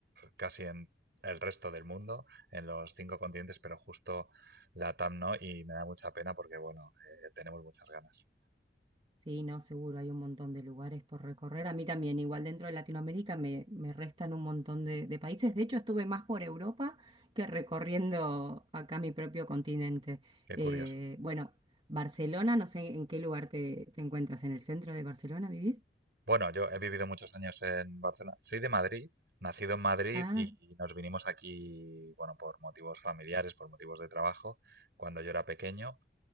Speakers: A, on the right; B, on the right.
A: casi en el resto del mundo, en los cinco continentes, pero justo la TAM no, y me da mucha pena porque, bueno, eh, tenemos muchas ganas.
B: Sí, no, seguro, hay un montón de lugares por recorrer. A mí también, igual dentro de Latinoamérica me, me restan un montón de, de países. De hecho, estuve más por Europa que recorriendo acá mi propio continente.
A: Qué
B: Eh,
A: curioso.
B: bueno, Barcelona, no sé en qué lugar te, te encuentras, ¿en el centro de Barcelona vivís?
A: Bueno, yo he vivido muchos años en Barcelona, soy de Madrid, nacido en Madrid
B: Ah,
A: y nos vinimos aquí, bueno, por motivos familiares, por motivos de trabajo, cuando yo era pequeño.